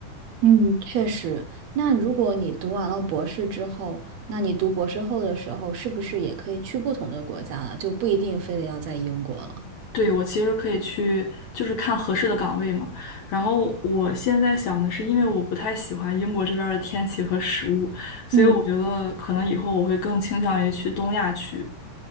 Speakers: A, on the right; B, on the left.
A: 嗯，确实。那如果你读完了博士之后，那你读博士后的时候，是不是也可以去不同的国家了？就不一定非得要在英国了。
B: 对，我其实可以去，就是看合适的岗位嘛。然后我现在想的是，因为我不太喜欢英国这边儿的天气和食物，所以我觉得可能以后我会更倾向于去东亚去。
A: 嗯。